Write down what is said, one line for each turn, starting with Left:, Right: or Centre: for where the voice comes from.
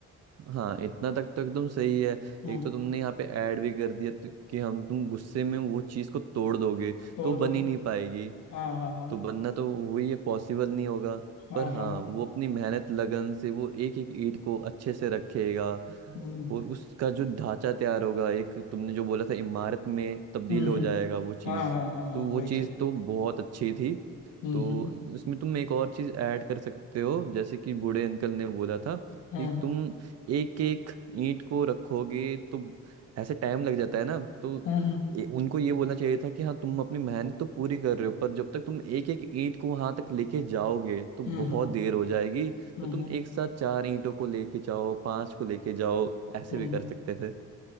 Right: हाँ इतना तक तो एकदम सही है
Left: हम्म
Right: एक तो तुमने यहाँ पे ऐड भी कर दिया तो- कि हम तुम गुस्से में वो चीज को तोड़ दोगे
Left: तोड़
Right: तो बन
Left: दोगे
Right: ही नहीं पाएगी
Left: हाँ हाँ हाँ
Right: तो बनना तो वही है पॉसिबल नहीं होगा
Left: हाँ
Right: पर हाँ
Left: हाँ
Right: वो अपनी मेहनत लगन से वो एक एक ईंट को अच्छे से रखेगा
Left: हम्म
Right: और उसका जो ढांचा तैयार होगा एक तुमने जो बोला था इमारत में तब्दील
Left: हम्म
Right: हो
Left: हम्म,
Right: जाएगा वो चीज़
Left: हाँ हाँ हाँ हाँ
Right: तो वो
Left: वही
Right: चीज़
Left: चीज
Right: तो बहुत अच्छी थी
Left: हम्म
Right: तो
Left: हम्म
Right: उसमें तुम एक और चीज़ ऐड कर सकते हो जैसे कि बूढ़े अंकल ने बोला था
Left: हम्म
Right: कि तुम एक एक ईंट को रखोगे तो ऐसे टाइम लग जाता है ना तो
Left: हम्म
Right: ये- उनको ये बोलना चाहिए था कि हाँ तुम अपनी मेहनत तो पूरी कर रहे हो पर जब तक तुम एक एक ईंट को वहां तक लेके जाओगे तो
Left: हम्म
Right: बहुत
Left: हम्म
Right: देर हो जाएगी
Left: हम्म
Right: तो तुम
Left: हम्म,
Right: एक साथ चार ईंटों को लेके जाओ पांच को लेके जाओ ऐसे
Left: हम्म,
Right: भी कर सकते थे